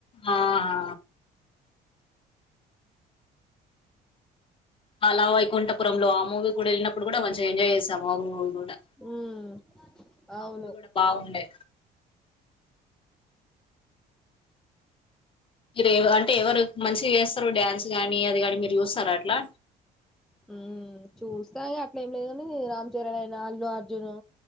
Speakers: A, on the left; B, in the centre.
A: ఆహా అలా వైకుంఠపురంలో ఆ మూవీ కూడా వెళ్ళినప్పుడు కూడా మంచిగా ఎంజాయ్ చేశాము అవును కూడా
B: ఉమ్ అవును
A: అ మూవీ కూడా బాగుండే మీరు అంటే ఎవరు మంచిగ చేస్తారు డ్యాన్స్ కాని అది కాని మీరు చూస్తారా అట్లా
B: ఉ చూస్తా అట్లా ఏం లేదు కానీ రామ్ చరణ్ అయినా అల్లు అర్జును